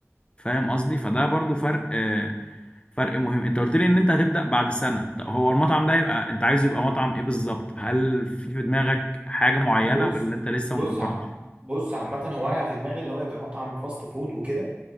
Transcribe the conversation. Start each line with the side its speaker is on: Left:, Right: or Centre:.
Left: فاهم قصدي فده برضو فرق آه، فرق مهم انت قلت لي ان انت هتبدأ بعد سنة طب هو المطعم ده يبقى انت عايزه يبقى مطعم ايه بالظبط هل في في دماغك حاجة معينة
Right: بص
Left: ولا انت لسه
Right: بص
Left: مقررتش
Right: عم بص عامة هو أنا في دماغي اللي هو يبقى مطعم فاست فود وكده